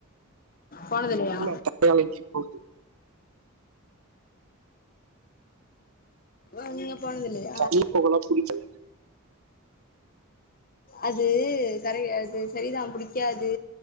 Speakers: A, on the left; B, on the right.
A: போனதில்லையா
B: இல்ல வேலைக்கு போனு
A: ஆ நீங்க போனதில்லயா
B: தனியா போகலா புடிக்காது
A: அது கரைய அது சரிதா புடிக்காது